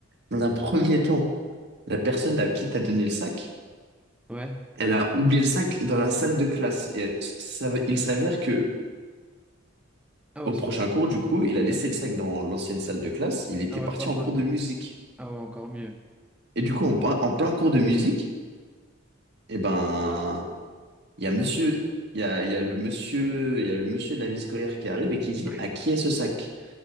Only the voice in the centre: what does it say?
Ouais.
Ah ouais,
ça-
ah ouais,
pas mal.
Ah ouais, encore mieux.
Ouais.